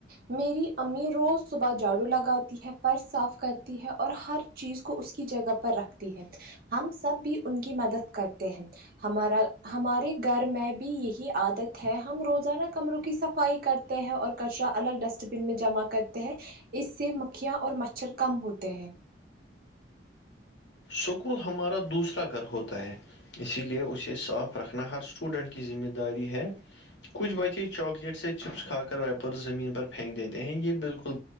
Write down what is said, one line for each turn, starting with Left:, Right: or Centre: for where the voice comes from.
Right: میری امی روز صبح جھاڑو لگاتی ہے فرش صاف کرتی ہے اور ہر چیز کو اس کی جگہ پر رکھتی ہیں ہم سب بھی ان کی مدد کرتے ہیں ہمارا ہمارے گھر میں بھی یہی عادت ہے ہم روزانہ کمروں کی صفائی کرتے ہیں اور کچرا الگ ڈسٹ بین میں جمع کرتے ہیں اس سے مکھیاں اور مچھر کم ہوتے ہیں
Left: سکول ہمارا دوسرا گھر ہوتا ہے اسی لیے اسے صاف رکھنا ہر اسٹوڈنٹ کی ذمہ داری ہے کچھ بچے چاکلیٹ سے چپس کھا کر ویپر زمین پر پھینک دیتے ہیں یہ بالکل